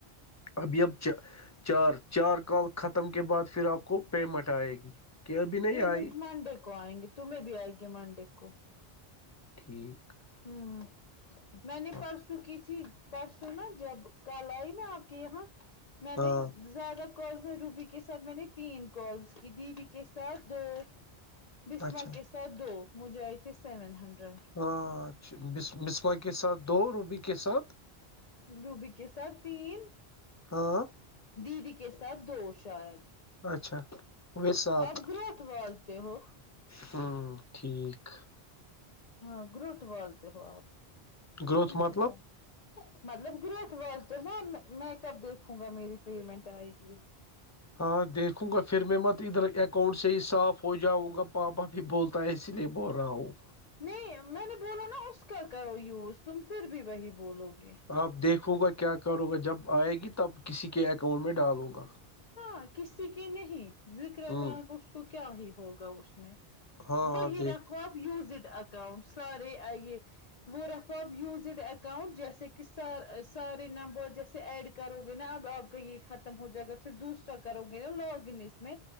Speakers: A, on the left; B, on the left.
A: ابیابچ <unintelligible> چار چار کال ختم کے بعد پھر آپ کو پیمنٹ آئے گی کیا ا بھی نہیں
B: پ
A: آئی
B: مٹ مانڈے کو آئیں گے تمہیں بھی آئی گی منڈے کو
A: ٹھیک <unintelligible>
B: ہوں میں نے
A: ہاں
B: پرسوں کی تھی پرسوں نا جب کل آئی میں آپ کے یہاں میں
A: ہاں
B: نے زیادہ کالس میں روبی کے ساتھ میں نے تین کالس کہ دیدی کے ساتھ دو بسماں
A: اچھا
B: کے ساتھ دو مجائے تھے سیون ہنڈریڈ
A: ہاں اچھا بسماں کے ساتھ دو روبی کے ساتھ
B: روبی کے ساتھ تین
A: ہاں
B: دیدی کے ساتھ دو شاید
A: اچھا ہوئے سات
B: آپ گرٹ والازتے ہو
A: ہوں ٹھیک
B: ہاں گروٹ والتے ہو آپ
A: گروتھ
B: نہیں
A: مطلب
B: چنتا مطلب گرٹ والال تو نا میں کب دیکھوں گا میری پیمنٹ آئے گی
A: ہاں دیکھوں گا پھر میں م ادھر اکاؤنٹ سے ہی صاف ہو جاؤں گا پاپا بھی بولتا ہے اسی لیے بول رہا ہوں
B: نہیں میں نے بولا نا اس کا کرو یوز تم پھر بھی وہی بولو گے
A: آپ دیکھو گا کیا کرو گا جب آئے گی تب کسی کے اکاؤنٹ میں ڈالوں گا
B: ہاں کسی کے نہیں ذکر
A: ہوں
B: جان اس کو کیا ہی ہوگا اس میں
A: ہاں
B: وہی
A: ہاں دیکھ
B: رکھو آپ یوزڈ اکاؤنٹ سارے آئیے وہ رقواب یوزڈ اکاؤنٹ جیسے کہ سارے نمبر جیسے ایڈ کرو گے نا اب اب کہ یہ ختم ہو جائے گا پھر دوسرا کرو گے نا لاگن اس میں